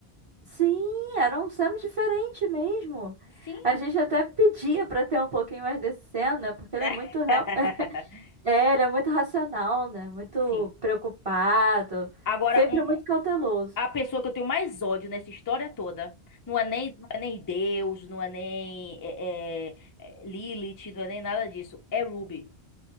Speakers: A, on the right; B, on the left.
A: Sim, era um Sam diferente mesmo.
B: Sim.
A: A gente até pedia pra ter um pouquinho mais de cena, né, porque ele
B: <laughs>
A: é muito real. É, ele é muito racional, né? Muito
B: Sim.
A: preocupado,
B: Agora,
A: sempre
B: um-
A: muito
B: um-
A: cauteloso.
B: a pessoa que eu tenho mais ódio nessa história toda não é nem, não é nem Deus, não é nem eh, eh, eh, Lilith, não é nem nada disso. É Ruby.